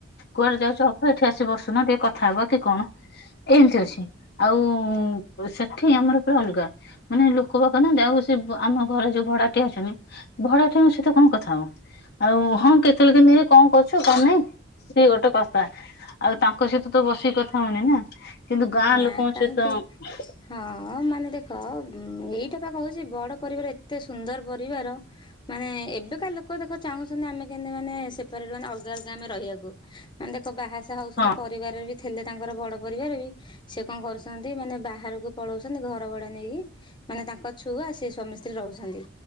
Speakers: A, on the left; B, on the left.
A: କୁଆଡେ ଯାଉଚ <unintelligible> ଏଇଠି ଆସି ବସୁନ ଟିକେ କଥା ହବ କି କଣ ଏନ୍ତି ଅଛି, ଆଉ ସେଠି ଆମର ପୁରା ଅଲଗା। ମାନେ ଲୋକ ବାକ ନାହାନ୍ତି, ଆଉ ସେ ଆମ ଘରେ ଯୋଉ ଭଡାଟିଆ ଅଛନ୍ତି ଭଡ଼ାଟିଆ ଙ୍କ ସହିତ କଣ କଥା ହବ। ଆଉ ହଁ କେତେବେଳେ କେନ୍ତି କଣ କରୁଚୁ କଣ ନାଇଁ ସିଏ ଗୋଟେ କଥା। ଆଉ ତାଙ୍କ ସହିତ ତ ବସିକି କଥା ହଉନି ନା କିନ୍ତୁ ଗାଁ
B: ନା
A: ଲୋକଙ୍କ
B: କାହିଁକି
A: ସହିତ
B: ହଁ ମାନେ ଦେଖ ଏଇଟା ବା କହୁଚି ବଡ ପରିବାର, ଏ ଏତେ ସୁନ୍ଦର୍ ପରିବାର, ମାନେ ଏବେକା ଲୋକ ଦେଖ ଚାହୁଁଚନ୍ତି ଆମେ କେନ୍ତି ମାନେ ସେପାରେଟ୍ ମାନେ ଅଲଗା ଅଲଗା ଆମେ ରହିଆକୁ, ମାନେ ଦେଖ ବାହାସା ହଉଛନ୍ତି
A: ହଁ
B: ପରିବାରରେ ବି ଥେଲେ ତାଙ୍କର ବଡ ପରିବାର ବି ସେ କଣ କରୁଛନ୍ତି ମାନେ ବାହାରକୁ ପଳଉଛନ୍ତି ଘର ଭଡା ନେଇକି ମାନେ ତାଙ୍କ ଛୁଆ ସିଏ ସ୍ୱାମୀ ସ୍ତ୍ରୀ ରହୁଛନ୍ତି।